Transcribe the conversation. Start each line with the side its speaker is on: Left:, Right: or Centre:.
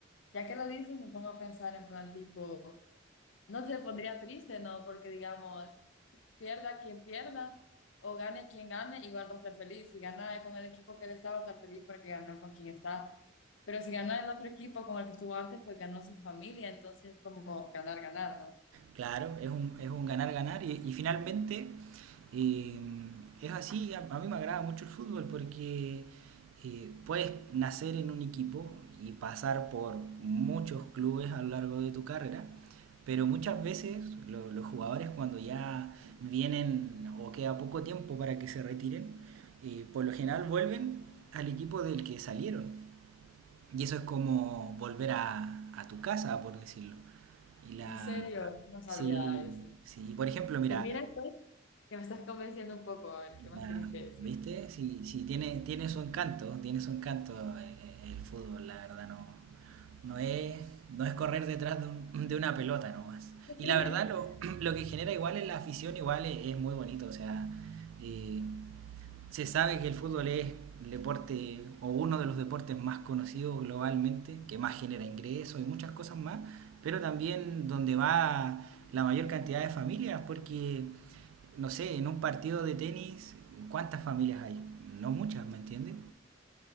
Left: ya que lo dices, me pongo a pensar en plan tipo, no se pondría triste, ¿no? Porque digamos, pierda quien pierda o gane quien gane, igual va a estar feliz. Si gana con el equipo que él está, va a estar feliz porque ganó con quien está. Pero si gana el otro equipo con el que estuvo antes, pues ganó su familia. Entonces, como ganar, ganar, ¿no?
Right: Claro, es un, es un ganar, ganar. Y, y finalmente eh, es así, a, a mí me agrada mucho el fútbol porque eh, puedes nacer en un equipo y pasar por muchos clubes a lo largo de tu carrera, pero muchas veces lo- los jugadores cuando ya vienen o queda poco tiempo para que se retiren, eh, por lo general vuelven al equipo del que salieron. Y eso es como volver a, a tu casa, por decirlo. Y la...
Left: En serio, no sabía
Right: Sí,
Left: eso.
Right: sí. Por ejemplo, mira,
Left: Pues mira, que me estás convenciendo un poco, a ver qué más
Right: la-
Left: tienes que decir.
Right: ¿viste? Sí, sí, tiene, tiene su encanto, tiene su encanto eh, eh, el fútbol, la verdad, no, no es, no es correr detrás de, un- <clears throat> de una pelota nomás.
Left: <laughs>
Right: Y la verdad, lo, <clears throat> lo que genera igual en la afición, igual es, es muy bonito, o sea, eh, se sabe que el fútbol es el deporte o uno de los deportes más conocidos globalmente, que más genera ingresos y muchas cosas más, pero también donde va la mayor cantidad de familias, porque, no sé, en un partido de tenis, ¿cuántas familias hay? No muchas, ¿me entiendes?